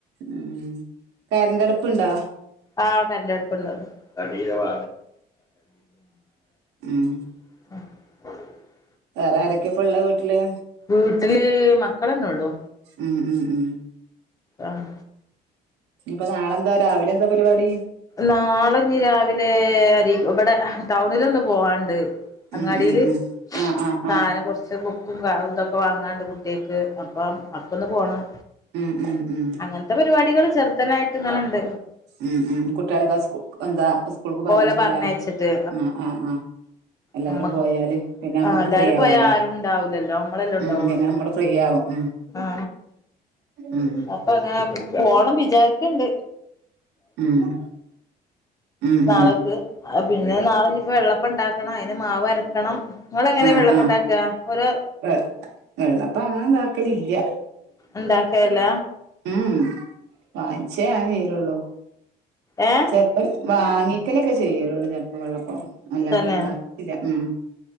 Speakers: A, on the right; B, on the left.
A: ഉം കരണ്ടടുപ്പുണ്ടോ
B: ആ കരണ്ടടുപ്പ്ണ്ട് ഉം
A: ഉം
B: <unintelligible> <inaudible>
A: വേറെ ആരൊക്കെ ഇപ്പ ഇള്ള വീട്ടില്
B: വീട്ടില് മക്കളന്നെ ഉള്ളു
A: ഉം ഉം ഉം
B: ആഹ്
A: ഇനിപ്പൊ നാളെന്താ രാവിലെ എന്താ പരിപാടി
B: നാളെ രാവിലെ അരി ഇവിടെ ടൗണിലൊന്ന് പോവാണ്ട് അങ്ങാടിയില്
A: ഉം ഉം ഉം ആഹ് ആഹ്
B: സാധനം
A: ആഹ്
B: കുറച്ച് ബുക്കും ഇതൊക്കെ വാങ്ങാണ്ട് കുട്ടിയേക്ക് അപ്പം അപ്പൊന്ന് പോണം
A: ഉം ഉം ഉം
B: അങ്ങനത്തെ പരിപാടികൾ ചെറുദനായിട്ട് ഇങ്ങനെ ഉണ്ട്
A: ഉം ഉം കു ട്ട്യേളൊക്കെ സ്ക്കൂ എന്താ സ്കൂൾക്ക് പറഞ്ഞയച്ച്ട്ട്
B: ഓലെ പറഞ്ഞയച്ചിട്ട്
A: ലേ ആ ആ ആഹ് എല്ലാവരും
B: നമ്മക്ക്
A: പോയാല് പിന്നെ അമ്മക്ക്
B: ആ എല്ലാരും
A: ഫ്രീ ആവോലോ
B: പോയാ ആരും ഉണ്ടാവൂലല്ലോ നമ്മളല്ലേ ഉണ്ടാവുള്ളൂ
A: ഉം പിന്നെമ്മള് ഫ്രീയാവും ഉം
B: ആ
A: ഉം
B: അപ്പൊ അങ്ങനെ പോണം വിചാരിക്കണ്ട്
A: ഉം ഉം
B: നാളക്ക്
A: ഉം
B: പിന്നെ നാളെ ഇഞ്ഞിപ്പോ വെള്ളപ്പം ഇണ്ടാക്കണം അതിന് മാവര ക്കണം നിങ്ങൾ എങ്ങനെ
A: ആഹ്
B: വെള്ളപ്പണ്ടാക്ക
A: ആഹ്
B: ഓരോ
A: വെ വെള്ളപ്പം അങ്ങനെ ഇതാക്കലില്ല
B: ഉണ്ടാക്കേല്ല
A: ഊഉം വായിച്ചേ ഞാൻചെയ്ലൊള്ളൂ
B: ഏ
A: ചെൽപ്പം വാങ്ങിക്കലൊക്കെ ചെയ്യലൊള്ളൂ ചെൽപ്പം വെള്ളപ്പം അല്ലാണ്ട്
B: തന്നെ
A: ഉണ്ടാക്കല്ല ഉം